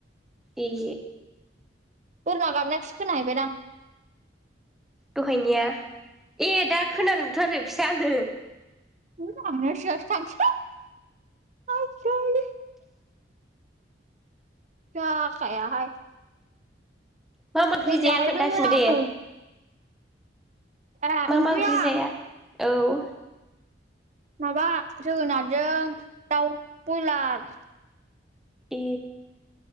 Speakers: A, in the centre; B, on the right (about 40°).
A: ए
B: बोरमा गाबनायखोसो खोनाहैबायदां?
A: दहायनिया ए दा खोनादोंथ आरो फिसानो
B: <unintelligible> दा जायाहाय
A: मा मा ओंख्रि
B: गय
A: जाया
B: जाहैदोंमोन
A: खोन्थाफिन
B: आंङो
A: दे
B: ए
A: मा
B: ओंख्रिया
A: मा ओंख्रि जाया औ
B: माबा जोगोनारजों दउ बयलार
A: ए!